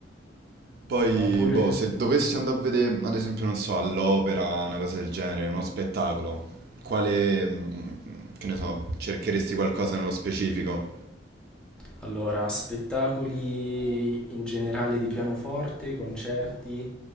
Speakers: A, on the right; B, in the centre.
A: Poi,
B: Oppure,
A: boh, se dovessi andare a vedere, ad esempio, non so, all'opera, una cosa del genere, uno spettacolo, quale, mm, mm, che ne so, cercheresti qualcosa nello specifico?
B: allora, spettacoli in generale di pianoforte, concerti,